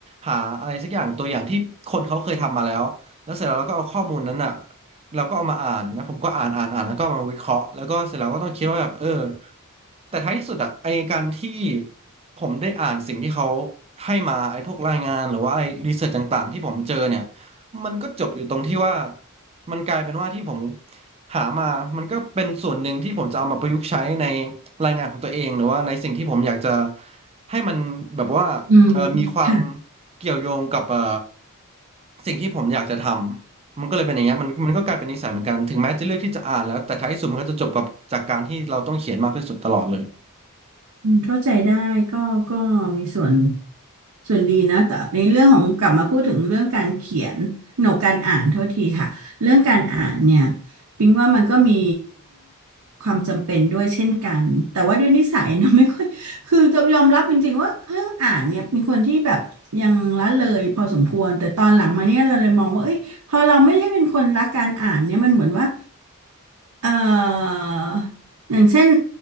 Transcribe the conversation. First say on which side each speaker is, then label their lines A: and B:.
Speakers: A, on the right; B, on the right.
A: หาอะไรสักอย่างตัวอย่างที่คนเขาเคยทำมาแล้วแล้วเสร็จแล้วเราก็เอาข้อมูลนั้นอ่ะ เราก็เอามาอ่านนะผมก็อ่านอ่านอ่านแล้วก็เอามาวิเคราะห์แล้วก็เสร็จแล้วก็ต้องคิดว่าแบบเออแต่ท้ายที่สุดอะไอการที่ผมได้อ่านสิ่งที่เขาให้มาไอพวกรายงานหรือว่าไอรีเสิร์ชต่างๆที่ผมเจอเนี่ยมันก็จบอยู่ตรงที่ว่ามันกลายเป็นว่าที่ผมหามามันก็เป็นส่วนหนึ่งที่ผมจะเอามาประยุกต์ใช้ในรายงานของตัวเองหรือว่าในสิ่งที่ผมอยากจะให้มันแบบว่าเออมีความ
B: ๆอืมค่ะ
A: เกี่ยวโยงกับเออสิ่งที่ผมอยากจะทำ มันก็เลยเป็นอย่างเงี้ยมันมันก็กลายเป็นนิสัยเหมือนกันถึงแม้จะเลือกที่จะอ่านแล้วแต่ท้ายที่สุดมันก็จะจบกับจากการที่เราต้องเขียนมากที่สุดตลอดเลย
B: อืมเข้าใจได้ก็ก็มีส่วนส่วนดีนะแต่ในเรื่องของกลับมาพูดถึงเรื่องการเขียนหนกการอ่านโทษทีค่ะเรื่องการอ่านเนี่ยปิงว่ามันก็มีความจำเป็นด้วยเช่นกันแต่ว่าด้วยนิสัยเนอะไม่ค่อยคือจะยอมรับจริงๆว่าเรื่องอ่านเนี่ยเป็นคนที่แบบยังละเลยพอสมควรแต่ตอนหลังมาเนี่ยเราเลยมองว่าเอ้ยพอเราไม่ได้เป็นคนรักการอ่านเนี่ยมันเหมือนว่าเอ่ออย่างเช่น